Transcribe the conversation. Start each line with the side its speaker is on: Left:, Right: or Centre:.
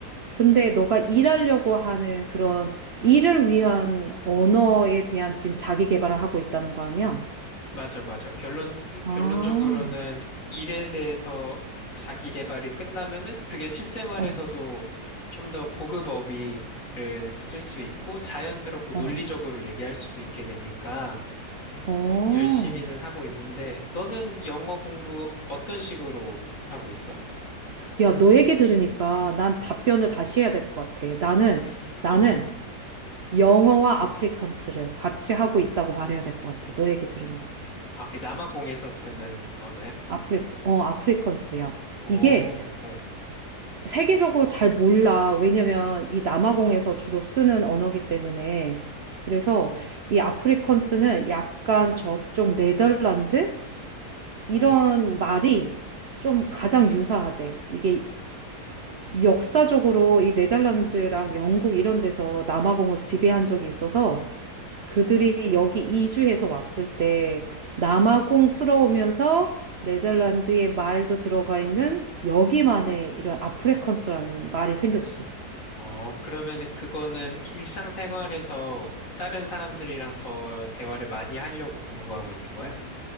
Right: 근데 너가 일하려고 하는 그런 일을 위한 언어에 대한 지금 자기 개발을 하고 있다는 거 아니야?
Left: 맞아, 맞아. 결론, 그
Right: 아,
Left: 결론적으로는 일에 대해서 자기 개발이 끝나면은 그게 실생활에서도
Right: 어,
Left: 좀 더 고급 어휘를 쓸 수 있고 자연스럽고
Right: 어,
Left: 논리적으로 얘기할 수도 있게 되니까
Right: 어.
Left: 여- 열심히는 하고 있는데 너는 영어 공부 어떤 식으로 하고 있어?
Right: 야, 너 얘기 들으니까 난 답변을 다시 해야 될 것 같아. 나는,
Left: 어, <clears throat>
Right: 나는
Left: 어.
Right: 영어와 아프리칸스를 같이 하고 있다고 말해야 될 것 같아. 너 얘기 들으니까.
Left: 아, 그 남아공에서 쓰는 언어야?
Right: 아프리, 어, 아프리칸스야.
Left: 어,
Right: 이게
Left: 어,
Right: 세계적으로 잘 몰라. 왜냐면 이 남아공에서 주로 쓰는 언어기 때문에. 그래서 이 아프리컨스는 약간 저쪽 네덜란드? 이런
Left: 어,
Right: 말이 좀 가장 유사하대. 이게 역사적으로 이 네덜란드랑 영국 이런 데서 남아공을 지배한 적이 있어서 그들이
Left: 어.
Right: 여기 이주해서 왔을 때 남아공스러우면서 네덜란드의 말도 들어가 있는 여기만의 이런 아프리컨스라는 말이 생겼어.
Left: 어, 그러면은 그거는 이- 일상생활에서 다른 사람들이랑 더 대화를 많이 하려고 공부하고 있는 거야?